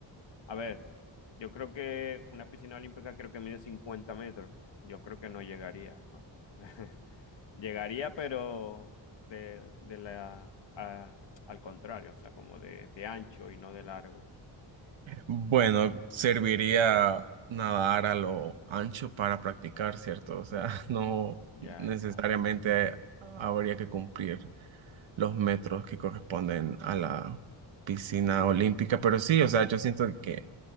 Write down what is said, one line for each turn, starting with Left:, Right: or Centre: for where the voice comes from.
Left: a ver, yo creo que una piscina olímpica creo que mide 50 metros. Yo creo que no llegaría. ¿no? <laughs> Llegaría, pero de, de la, a- al contrario, o sea, como de, de ancho y no de largo.
Right: Bueno, serviría nadar a lo ancho para practicar, ¿cierto? O sea, <laughs> no
Left: Ya,
Right: necesariamente
Left: ya,
Right: habría que cumplir los metros que corresponden a la piscina olímpica, pero sí, o sea, yo siento que